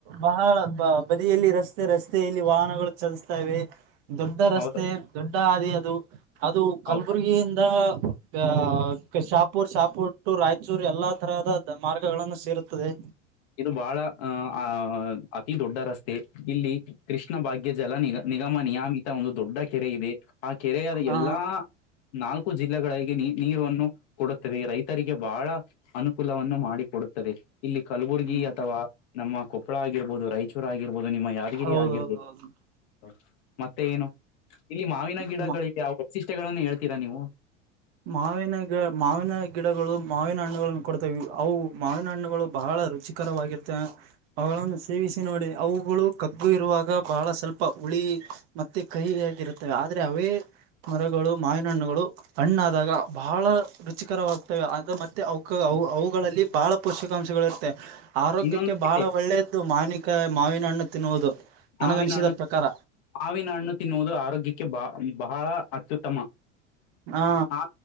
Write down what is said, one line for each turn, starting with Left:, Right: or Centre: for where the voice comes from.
Right: ಬಹಳ ಬ ಬದಿಯಲ್ಲಿ ರಸ್ತೆ ರಸ್ತೆಯಲ್ಲಿ ವಾಹನಗಳು ಚಲಸ್ತಾ ಇವೆ. ದೊಡ್ಡ ರಸ್ತೆ
Left: ಹೌದ
Right: ದೊಡ್ಡ ಹಾದಿ ಅದು ಅದು ಕಲಬುರ್ಗಿಯಿಂದ
Left: ಹೌದು
Right: ಅ ಶಾಪೂರ್ ಶಾಪುರ್ ಟು ರಾಯಚೂರ್ ಎಲ್ಲಾ ತರಹದ ಮಾರ್ಗಗಳನ್ನು ಸೇರುತ್ತದೆ.
Left: ಇದು ಬಹಳ ಅಹ್ ಅ ಅತಿ ದೊಡ್ಡ ರಸ್ತೆ ಇಲ್ಲಿ, ಕೃಷ್ಣ ಭಾಗ್ಯ ಜಲ ನಿಗ ನಿಗಮ ನಿಯಮಿತ ಒಂದು ದೊಡ್ಡ ಕೆರೆ ಇದೆ ಆ ಕೆರೆಯಾದ
Right: ಹಾ
Left: ಎಲ್ಲಾ, ನಾಲ್ಕು ಜಿಲ್ಲೆಗಳಿಗೆ ನೀ ನೀರನ್ನು ಕೊಡುತತ್ತದೆ ರೈತರಿಗೆ ಬಹಳ ಅನುಕೂಲವನ್ನು ಮಾಡಿಕ ಕೊಡುತ್ತದೆ ಇಲ್ಲಿ ಕಲಬುರ್ಗಿ
Right: ಹ್ಮ್
Left: ಅಥವಾ ನಮ್ಮ ಕೊಪ್ಪಳ ಆಗಿರ್ಬೋದು ರಾಯಚೂರ್ ಆಗಿರ್ಬೋದು ನಿಮ್ಮ ಯಾದಗಿರಿ
Right: ಹೌದೌದೌದು
Left: ಆಗಿರ್ಬೋದು ಹ ಮತ್ತೆ ಏನು ಇಲ್ಲಿ ಮಾವಿನ ಗಿಡಗಳಿಗೆ
Right: ಹ್ಮ್
Left: ಯಾವ ವೈಶಿಷ್ಟ್ಯಗಳನ್ನು ಹೇಳ್ತೀರಾ ನೀವು.
Right: ಮಾವಿನ ಗಿ ಮಾವಿನ ಗಿಡಗಳು ಮಾವಿನ ಹಣ್ಣುಗಳನ್ನು ಕೊಡ್ತವಿ ಅವು ಮಾವಿನ ಹಣ್ಣುಗಳು ಬಹಳ ರುಚಿ ಕರವಾಗಿರ್ತ <unintelligible> ಅವುಗಳನ್ನು ಸೇವಿಸಿ ನೋಡಿ ಅವುಗಳು ಕಗ್ಗು ಇರುವಾಗ ಬಹಳ ಸ್ವಲ್ಪ ಹುಳಿ ಮತ್ತೆ ಕಹಿ ಆಗಿರುತ್ತವೆ ಆದ್ರೆ ಅವೇ ಮರಗಳು ಮಾವಿನ ಹಣ್ಣುಗಳು ಹಣ್ಣಾದಾಗ ಬಹಳ ರುಚಿಕರವಾಗ್ತವೆ ಅ ಮತ್ತೆ ಅವು ಅವುಗಳಲ್ಲಿ ಬಾಳ್ ಪೋಷಿಕಾಂಶಗಳಿರುತ್ತೆ ಆರೋಗ್ಯಕ್ಕೆ
Left: ಇನ್ನೊಂದು ಕೇಳಿ
Right: ಬಹಳ ಒಳ್ಳೇದ್ದು ಮಾವಿಕಾಯ ಮಾವಿನ ಹಣ್ಣು ತಿನ್ನುವುದು. ನನಗನಿಸಿದ
Left: ಮಾವಿನ ಹಣ್ಣು
Right: ಪ್ರಕಾರ
Left: ಮಾವಿನ ಹಣ್ಣು ತಿನ್ನುವುದು ಆರೋಗ್ಯಕ್ಕೆ ಬಾ ಬಹಳ ಅತ್ಯುತ್ತಮ
Right: ಹಾ
Left: ಆ